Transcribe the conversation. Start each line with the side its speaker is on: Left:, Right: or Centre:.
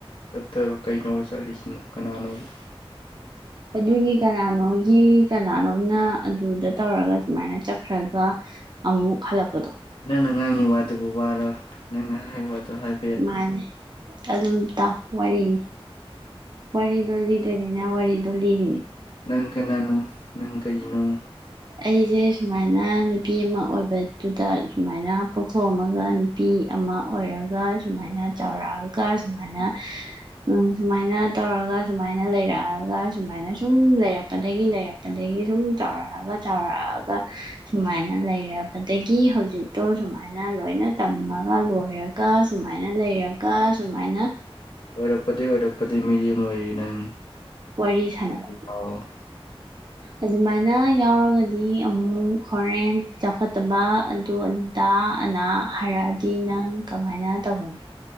Left: ꯆꯠꯇ‌ꯣꯏꯕ ꯀꯩꯅꯣꯕ ꯆꯠꯂꯤꯁꯤꯅ ꯀꯅꯥꯅꯣꯕ
Right: ꯑꯗꯨꯒꯤ ꯀꯅꯥꯅꯣꯒꯤ ꯀꯅꯥꯅꯣꯝꯅ ꯑꯗꯨꯗ ꯇꯧꯔꯒ ꯁꯨꯃꯥꯏꯅ ꯆꯠꯈ꯭ꯔꯒ ꯑꯃꯨꯛ ꯍꯜꯂꯛꯄꯗꯣ
Left: ꯅꯪꯅ ꯉꯥꯡꯉꯤ ꯋꯥꯗꯨꯕꯨ ꯋꯥꯔ ꯅꯪꯅ ꯍꯥꯏ ꯋꯥꯗꯨ ꯍꯥꯏ
Right: ꯃꯥꯅꯤ ꯑꯗꯨꯝ ꯇꯥꯎ ꯋꯥꯔꯤꯅꯤ ꯋꯥꯔꯤꯗꯣ ꯂꯤꯗꯣꯏꯅꯤ ꯏꯅꯥ ꯋꯥꯔꯤꯗꯨ ꯂꯤꯔꯤꯅꯤ
Left: ꯅꯪ ꯀꯅꯥꯅꯣ ꯅꯪ ꯀꯔꯤꯅꯣ
Right: ꯑꯩꯖꯦ ꯁꯨꯃꯥꯏꯅ ꯅꯨꯄꯤ ꯑꯃ ꯑꯣꯏꯕꯗꯨꯗ ꯁꯨꯃꯥꯏꯅ ꯄꯣꯛꯊꯣꯛꯑꯝꯃꯒ ꯅꯨꯄꯤ ꯑꯃ ꯑꯣꯏꯔꯒ ꯁꯨꯃꯥꯏꯅ ꯆꯥꯎꯔꯛꯑꯒ ꯁꯨꯃꯥꯏꯅ
Left: <inaudible>
Right: ꯎꯝ ꯁꯨꯃꯥꯏꯅ ꯇꯧꯔꯒ ꯁꯨꯃꯥꯏꯅ ꯂꯩꯔꯛꯑꯒ ꯁꯨꯃꯥꯏꯅ ꯁꯨꯝ ꯂꯩꯔꯛꯄꯗꯒꯤ ꯂꯩꯔꯛ ꯑꯗꯒꯤ ꯁꯨꯝ ꯆꯥꯎꯔꯛꯑꯒ ꯆꯥꯎꯔꯛꯑꯒ ꯁꯨꯃꯥꯏꯅ ꯂꯩꯔꯕꯗꯒꯤ ꯍꯧꯖꯤꯛꯇꯣ ꯁꯨꯃꯥꯏꯅ ꯂꯣꯏꯅ ꯇꯝꯃꯒ
Left: ꯑꯣꯏꯔꯛꯄꯗꯒꯤꯩ
Right: ꯂꯣꯏꯔꯒ ꯁꯨꯃꯥꯏꯅ ꯂꯩꯔꯒ ꯁꯨꯃꯥꯏꯅ
Left: ꯑꯣꯏꯔꯛꯄꯗꯩ ꯑꯣꯏꯔꯛꯄꯗꯩ ꯃꯤꯔ‌ꯦꯝ ꯑꯣꯏꯔꯤ ꯅꯪ
Right: ꯋꯥꯔꯤ ꯁꯥꯟꯅꯕ
Left: ꯑꯣ
Right: ꯑꯗꯨꯃꯥꯏꯅ ꯌꯥꯎꯔꯒꯗꯤ ꯑꯃꯨꯛ ꯍꯣꯔꯦꯟ ꯆꯥꯎꯈꯠꯇꯕ ꯑꯗꯨ ꯑꯗꯥ ꯑꯅꯥ ꯍꯥꯏꯔꯛꯑꯗꯤ ꯅꯪ ꯀꯃꯥꯏꯅ ꯇꯧꯒꯅꯤ